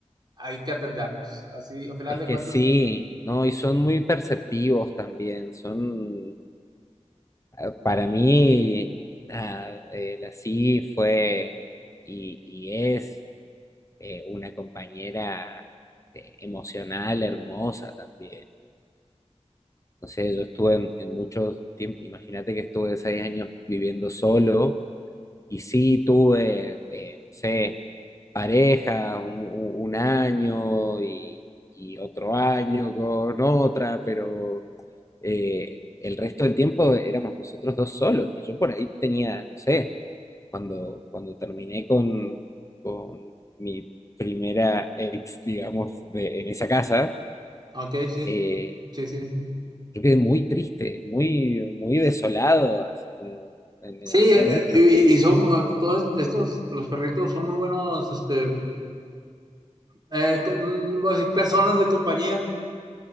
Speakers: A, on the right; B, on the left.
A: hay que atenderlos. Así, al final
B: Es
A: de
B: que
A: cuentas,
B: sí, ¿no? Y son muy perceptivos también, son, eh, para mí, nada, eh, la sí fue y, y es eh, una compañera eh, emocional, hermosa también. No sé, yo estuve en, en muchos tiempos, imagínate que estuve seis años viviendo solo Y sí, tuve, eh, no sé, pareja un, un- un año y, y otro año con otra, pero eh, el resto del tiempo éramos nosotros dos solos. Y yo por ahí tenía, no sé, cuando, cuando terminé con, con mi primera ex, digamos, de- en esa casa,
A: ok, sí,
B: eh,
A: sí, sí.
B: yo quedé muy triste, muy, muy desolado, así como eh, me
A: Sí,
B: dolió
A: eh,
B: mucho,
A: y, y son eh, todos estos, los perritos son muy buenos, este, eh, com- mm, voy a decir, personas de compañía,